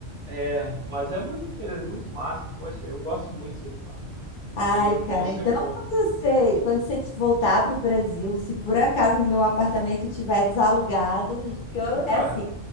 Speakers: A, on the right (about 30°); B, on the left (about 45°).
A: É, mas é muito interessante, muito massa. Poxa, eu gosto muito de surfar.
B: Ai,
A: Quando eu posso,
B: cara, então
A: eu vou.
B: quando você, quando você te- voltar para o Brasil, se por acaso meu apartamento tiver desalugado, e porque eu,
A: Opa!
B: é assim,